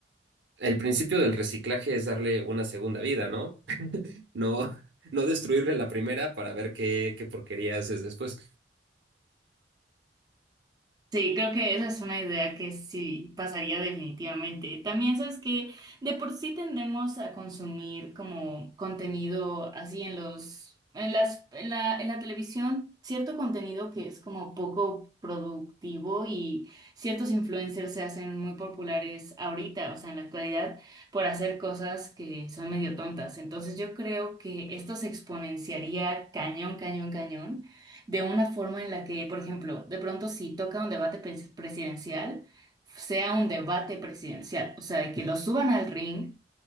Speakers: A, on the right; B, on the right.
A: el principio del reciclaje es darle una segunda vida, ¿no? <laughs> No, no destruirle la primera para ver qué, qué porquería haces después.
B: Sí, creo que esa es una idea que sí pasaría definitivamente. También sabes que de por sí tendemos a consumir como contenido así en los, en las, en la, en la televisión, cierto contenido que es como poco productivo y ciertos influencers se hacen muy populares ahorita, o sea, en la actualidad, por hacer cosas que son medio tontas. Entonces yo creo que esto se exponenciaría cañón, cañón, cañón de una forma en la que, por ejemplo, de pronto si toca un debate pres- presidencial, sea un debate presidencial, o sea, de que lo suban al ring